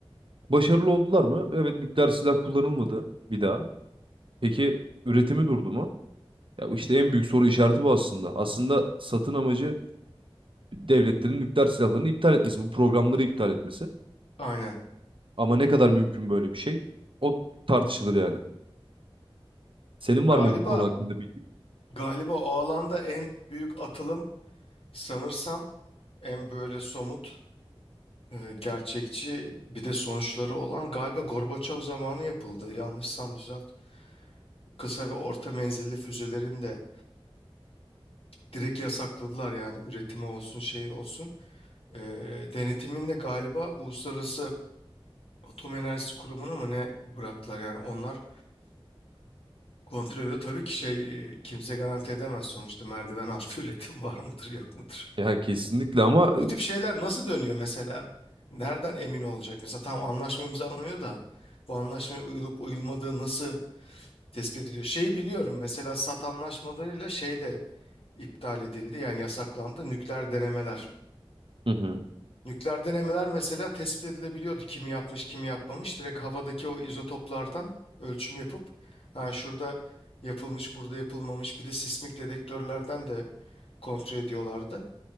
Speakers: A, on the right (about 60°); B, on the left (about 70°).
A: başarılı oldular mı? Evet nükleer silah kullanılmadı bir daha. Peki üretimi durdu mu? Ya işte en büyük soru işareti bu aslında. Aslında satın amacı devletlerin nükleer silahlarını iptal etmesi, bu programları iptal etmesi.
B: Aynen.
A: Ama ne kadar mümkün böyle bir şey? O tartışılır yani. Senin
B: Galiba
A: var mı bu konu hakkında bildiğin
B: Galiba o alanda en büyük atılım sanırsam en böyle somut, e, gerçekçi bir de sonuçları olan galiba Gorbaçov zamanı yapıldı. Yanlışsam düzelt. Kısa ve orta menzilli füzelerin de direkt yasakladılar yani üretimi olsun şey olsun. E, denetimin de galiba Uluslararası Atom Enerjisi Kurumu'na mı ne bıraktılar yani onlar kontrol ediyor. Tabii ki şey e, kimse garanti edemez sonuçta merdiven altı <laughs> üretim var mıdır yok mudur.
A: Ya kesinlikle ama
B: Bu tip şeyler nasıl dönüyor mesela? Nereden emin olacak? Mesela tam anlaşma imzalanıyor da bu anlaşmaya uyulup uyulmadığı nasıl tespit ediliyor? Şeyi biliyorum mesela SAT anlaşmalarıyla şey de iptal edildi yani yasaklandı nükleer denemeler.
A: Hı hı.
B: Nükleer denemeler mesela tespit edilebiliyordu kim yapmış kim yapmamış. Direkt havadaki o izotoplardan ölçüm yapıp ha şurada yapılmış burada yapılmamış bir de sismik dedektörlerden de kontrol ediyorlardı.